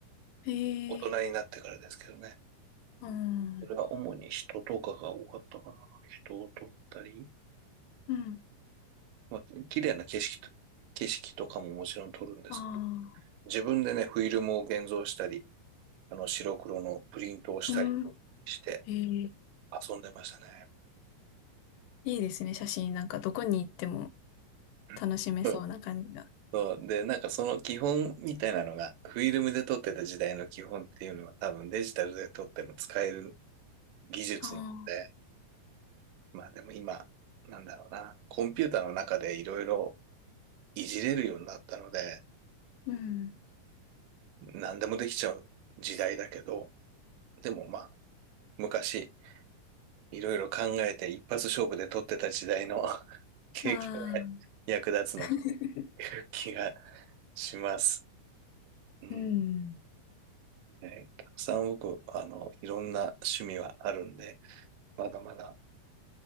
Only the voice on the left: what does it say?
へ
え。うん。
うん。
ああ。
う
ん。ええ
いいですね、写真。なんか、どこに行っても
楽しめそうな感じが。
ああ、
うん。
ああ、
<laughs>
うん。